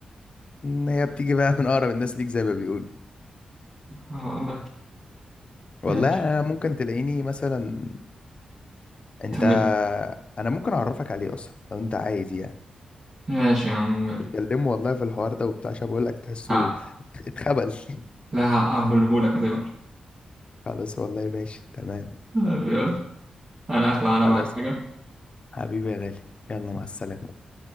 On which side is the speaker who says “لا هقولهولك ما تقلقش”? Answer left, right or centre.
Right